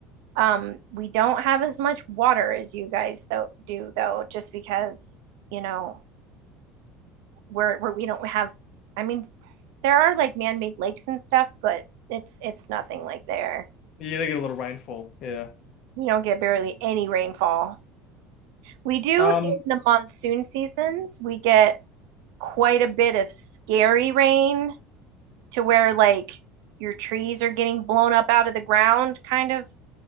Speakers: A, on the right (about 80°); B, on the left (about 45°).
A: Um, we don't have as much water as you guys though do though, just because, you know, we're, we're we don't have I mean, there are like man-made lakes and stuff, but it's it's nothing like there.
B: Yeah, they get a little rainfall. Yeah.
A: we don't get barely any rainfall. We do
B: Um,
A: in the monsoon seasons, we get quite a bit of scary rain to where like your trees are getting blown up out of the ground kind of